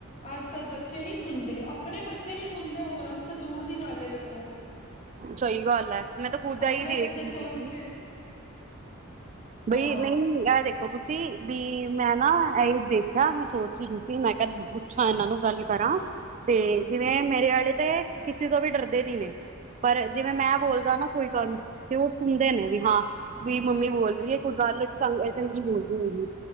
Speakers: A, on the left; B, on the right.
A: ਅੱਜ ਕੱਲ੍ਹ ਬੱਚੇ ਨਹੀਂ ਸੁਣਦੇ ਆਪਣੇ ਬੱਚੇ ਨੀ ਹੋਰਾਂ ਦੀ ਤਾਂ ਦੂਰ ਦੀ ਗੱਲ ਏ ਵੇਖੋ
B: ਸਹੀ ਗੱਲ ਹੈ। ਮੈਂ ਤਾਂ ਖੁਦ
A: ਆਪਣੇ
B: ਏ ਹੀ ਦੇਖ
A: ਬੱਚੇ
B: ਰਹੀ
A: ਸੁਣ
B: ਹੁੰ।
A: ਕੇ
B: ਬਈ
A: ਹਾਂ
B: ਨਹੀਂ ਆਹ ਦੇਖੋ ਤੁ ਵੀ ਮੈਂ ਨਾ ਇਹ ਹੀ ਦੇਖਿਆ ਮੈਂ ਸੋਚ ਹੀ ਸੀ, ਮੈਂ ਕਾ ਪੁੱਛਾਂ ਇਹਨਾਂ ਨੂੰ ਗੱਲ ਕਰਾਂ ਤੇ ਜਿਵੇਂ ਮੇਰੇ ਆਲੀ ਤੇ ਕਿਸੇ ਤੋਂ ਵੀ ਡਰ ਦੇਦੀ ਨੇ ਪਰ ਜਿਵੇਂ ਮੈਂ ਬੋਲਦਾ ਨਾ ਕੋਈ ਗੱਲ ਤੇ ਉਹ ਸੁਣਦੇ ਨੇ ਵੀ ਹਾਂ ਵੀ ਮੰਮੀ ਬੋਲ ਰਹੀਏ ਕੋਈ ਗੱਲ ਇਹ <unintelligible> ਬੋਲ ਦੀ ਨੀ ਗੀ